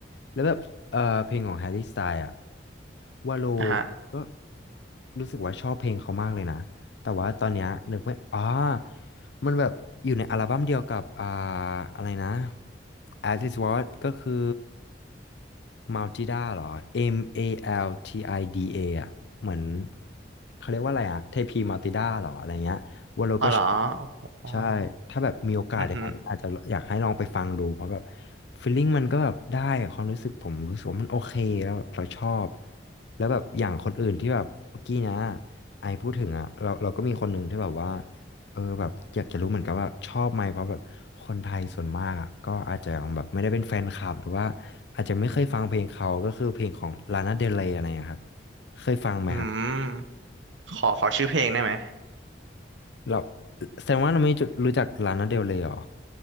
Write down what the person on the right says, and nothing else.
อ่าฮะ
อ๋อเหรอโอ้โห
อือหือ
อืมขอขอชื่อเพลงได้ไหม